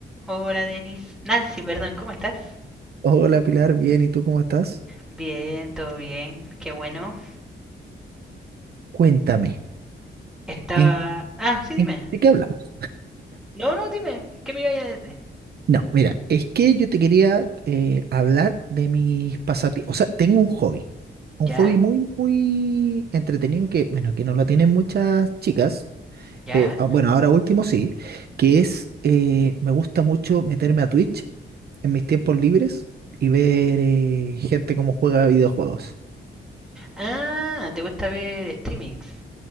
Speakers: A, in the centre; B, on the right.
A: Hola Denis. Nancy, perdón, ¿cómo estás?
B: Hola Pilar, bien, ¿y tú cómo estás?
A: Bien, todo bien, qué bueno.
B: Cuéntame,
A: Estaba...
B: ¿en,
A: Ah, sí, dime.
B: en- de qué hablamos?
A: No, no, dime. ¿Qué me iba a decir?
B: No, mira, es que yo te quería eh, hablar de mis pasatiempos. O sea, tengo un hobby, un
A: ¿Ya?
B: hobby muy, muy entretenido que, bueno, que no lo tienen muchas chicas.
A: ¿Ya?
B: eh, ah, bueno, ahora último sí, que es, eh, me gusta mucho meterme a Twitch en mis tiempos libres y ver eh, gente cómo juega videojuegos.
A: Ah, ¿te gusta ver streamings?